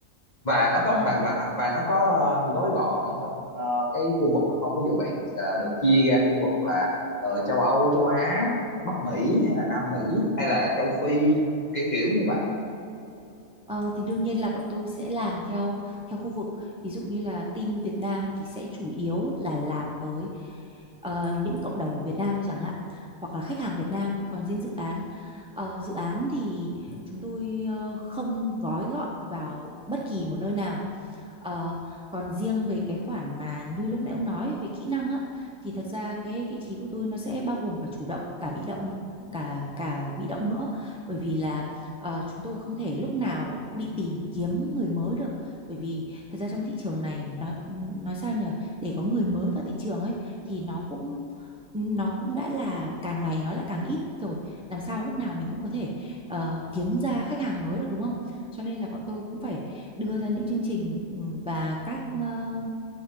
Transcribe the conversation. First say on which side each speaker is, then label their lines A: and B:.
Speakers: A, on the left; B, in the centre.
A: và nó có
B: Ờ,
A: và và và nó có ờ, gói gọn ở trong ờ, cái khu vực hay không ví dụ bạn ờ, được chia ra khu vực là ờ, châu Âu châu Á Bắc Mỹ hay là Nam Mỹ hay là châu Phi kiểu kiểu như vậy
B: ờ, thì đương nhiên là bọn tôi sẽ làm theo theo khu vực. Ví dụ như là team Việt Nam thì sẽ chủ yếu là làm với ờ, những cộng đồng ở Việt Nam đi chẳng hạn, hoặc là khách hàng Việt Nam. Còn riêng dự án, ờ, dự án thì chúng tôi ờ, không gói gọn vào bất kỳ một nơi nào. Ờ, còn riêng về cái khoản mà như lúc nãy ông nói về kỹ năng á thì thật ra cái vị trí của tôi nó sẽ bao gồm cả chủ động cả bị động cả cả bị động nữa bởi vì là ờ, chúng tôi không thể lúc nào là cũng đi tìm kiếm người mới được bởi vì thật ra trong thị trường này nó nói sao nhỉ để có người mới vào thị trường ấy thì nó cũng nó cũng đã là càng ngày nó lại càng ít rồi làm sao lúc nào mình cũng có thể ờ, kiếm ra khách hàng mới được đúng không cho nên là bọn tôi cũng phải đưa ra những chương trình ừ, và các ờ,